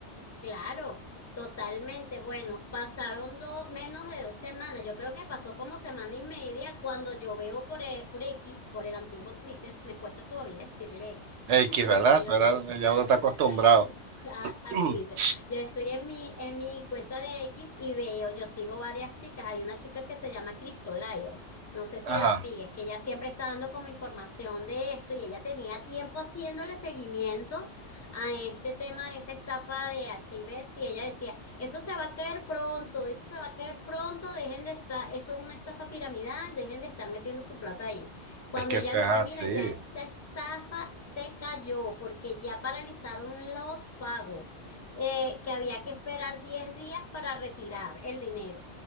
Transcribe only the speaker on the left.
Claro, totalmente. Bueno, pasaron do- menos de dos semanas. Yo creo que pasó como semana y media cuando yo veo por, e- por X, por el antiguo Twitter, me cuesta todavía decirle X,
<laughs> te
soy
honesta, <laughs>
a, a
Twitter. Yo estoy en mi, en mi cuenta de X y veo, yo sigo varias chicas. Hay una chica que se llama CryptoLayer. No sé si
la sigues, que ella siempre está dando como información de esto y ella tenía tiempo haciéndole seguimiento a este tema de esa estafa de H I V, y ella decía, eso se va a caer pronto, eso se va a caer pronto, dejen de estar, eso es una estafa piramidal, dejen de estar metiendo su plata ahí. Cuando
ella
dice,
mira, ya esta estafa se cayó porque ya paralizaron los pagos, eh, que había que esperar 10 días para retirar el dinero.